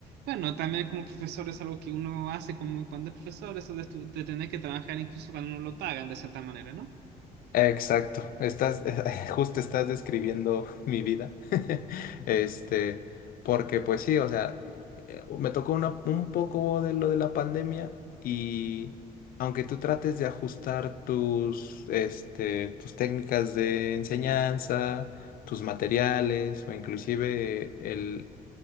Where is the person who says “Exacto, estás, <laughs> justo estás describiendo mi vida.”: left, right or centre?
Left